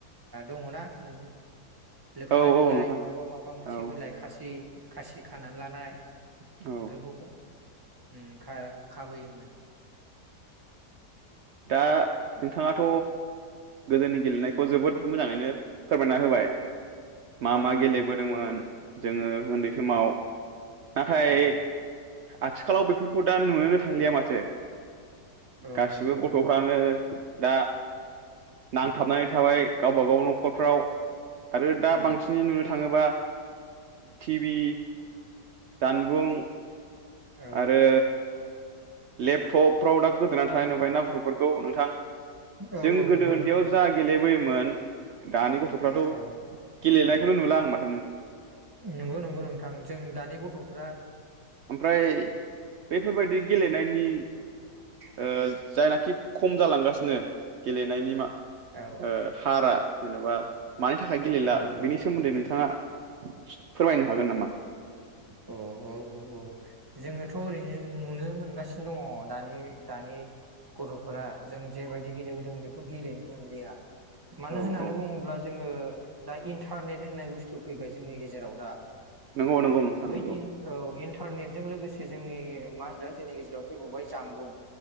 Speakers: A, on the right; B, on the right.
A: दङना मोन लोखोना
B: औ
A: बिलाइ
B: औ नोंथां
A: नङाबा माबा मोनसे
B: औ
A: बिलाइ खासि खासि खाना लानाय
B: औ
A: बेफोरखौ खौ उम खा खाबोयोमोन
B: दा नोंथाङाथ' गोदोनि गेलेनायखौ जोबोद मोजाङैनो फोरमायना होबाय। मा
A: औ
B: मा
A: औ
B: गेले
A: नंगौ
B: बोदोंमोन जोङो उन्दै समाव। नाथाय।
A: औ
B: आथिखालाव बेफोरखौ दा नुनोनो थांलिया माथो।
A: औ
B: गासिबो
A: नंगौ
B: गथ'फ्रानो।
A: नंगौ
B: दा नांथाबनानै थाबाय गावब गाव न'खरफ्राव आरो दा बांसिनै नुनो थाङोबा थिबि जानबुं।
A: औ
B: आरो लेपटपफ्राव दा गोदोना थानाय नुबाय ना गथ'फोरखौ नोंथां?
A: औ
B: जों
A: औ
B: गोदो
A: नंगौ
B: उन्दैयाव
A: नंगौ नोंथां
B: जा गेले बोयोमोन। दानि गथ'फ्राथ'
A: औ
B: गेलेना खौनो नुला आं माथ
A: नंगौ नंगौ नोंथां जों दानि गथ'फ्रा
B: फ्राय बेफोरबायदि गेलेनायनि ओ जायनाखि खम जालांगासिनो गेलेनायनि मा
A: औ
B: ओ हारा। जेन'बा मानि थाखाय गेलेला
A: औ औ
B: बेनि सोमोन्दै
A: औ
B: नोंथाङा फोरमायनो हागोन नामा?
A: अ औ औ औ जोङोथ' ओरैनो नुनो मोनगासिनो दङ दानि दानि गथ'फोरा जों जेबायदि गेलेबोदों बेखौ गेलेनो मोनलिया। मानो
B: औ
A: होननानै
B: औ
A: बुङोब्ला जो जोङो दा इन्टारनेट होननाय बुस्थु फैबाय जोंनि गेजेराव दा।
B: नंगौ नंगौ नोंथां
A: बै
B: नंगौ
A: इन्ट औ इन्ट न्टारनेटजों लोगोसे जोंनि मा होनदों जोंनि गेजेराव फैबावबाय जामबुं।